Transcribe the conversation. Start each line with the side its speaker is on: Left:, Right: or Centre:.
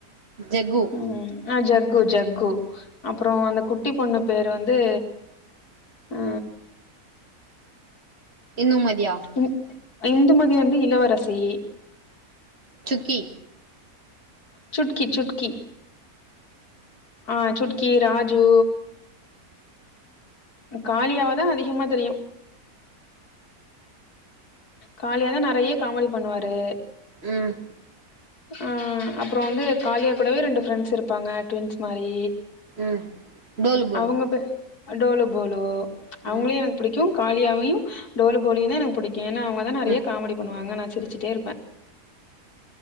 Right: ஜெக்கு
Left: ம் ஆ ஜக்கு ஜக்கு அப்றோ அந்த குட்டி பொண்ணு பேர் வந்து ஆ
Right: இந்நுமதியா
Left: ம் இந்துமதி வந்து இளவரசி
Right: சுக்கி
Left: சுட்கி சுட்கி ஆ சுட்கி, ராஜு காளியாவதா அதிகமா தெரியு காளியா தா நறைய காமெடி பண்ணுவாரு
Right: ம்
Left: அ அப்பறோ வந்து காளியா கூடவே ரெண்டு ஃப்ரெண்ட்ஸ் இருப்பாங்க ட்வின்ஸ் மாரி
Right: ம் டோலு போலு
Left: அவங்க பே அ டோலு போலு அவங்ளயு
Right: ம்
Left: எனக் பிடிக் கு காளியாவயு டோலு போலுயு தா எனக்கு புடிக்கு ஏனா அவங்க தா நெறைய
Right: ம்
Left: காமடி பண்ணுவாங்க நா சிரிச்சிட்டே இருப்பே